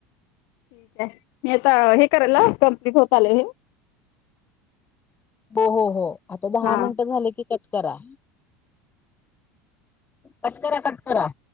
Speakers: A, on the left (about 55°); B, on the left (about 25°).
A: ठीक आहे, येता हे करायल कंमप्लीट होत आलंय.
B: हो हो हो आता दहा
A: हा
B: मिनिटं झाले की कट करा, कटकरा कटकरा.